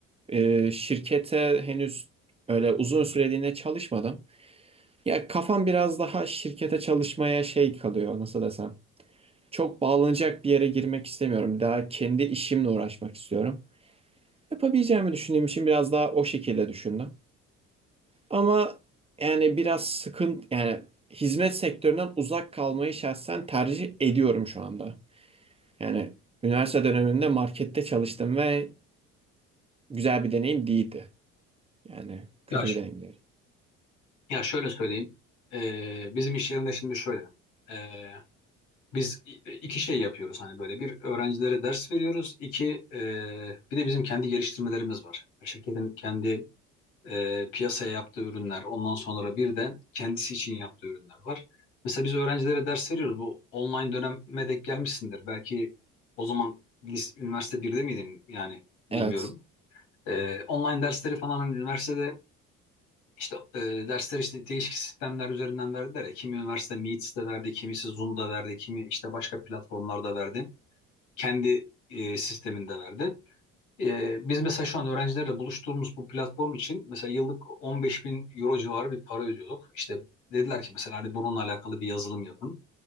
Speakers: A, on the right (about 20°); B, on the left (about 85°).
A: e, şirkete henüz öyle uzun süreliğine çalışmadım. Ya kafam biraz daha şirkete çalışmaya şey kalıyor nasıl desem. Çok bağlanacak bir yere girmek istemiyorum. Daha kendi işimle uğraşmak istiyorum. Yapabileceğimi düşündüğüm için biraz daha o şekilde düşündüm. Ama yani biraz sıkıntı yani hizmet sektöründen uzak kalmayı şahsen tercih ediyorum şu anda. Yani üniversite döneminde markette çalıştım ve güzel bir deneyim değildi. Yani kötü
B: Ya, ş-
A: bir deneyim değil.
B: ya şöyle söyleyeyim. Ee, bizim iş yerinde şimdi şöyle. Ee, Biz iki şey yapıyoruz hani böyle bir öğrencilere ders veriyoruz. iki e, bir de bizim kendi geliştirmelerimiz var. Şirketin kendi e, piyasaya yaptığı ürünler ondan sonra bir de kendisi için yaptığı ürünler var. Mesela biz öğrencilere ders veriyoruz. Bu online döneme denk gelmişsindir. Belki o zaman lis- üniversite birde miydin yani bilmiyorum.
A: Evet.
B: E, online dersleri falan hani üniversitede işte e, dersler işte değişik sistemler üzerinden verdiler ya. Kimi üniversite Meets'te verdi, kimisi Zoom'da verdi, kimi işte başka platformlarda verdi. Kendi e, sisteminde verdi. E, biz mesela şu an öğrencilerle buluştuğumuz bu platform için mesela yıllık 15 bin euro civarı bir para ödüyorduk. İşte dediler ki mesela hadi bununla alakalı bir yazılım yapın.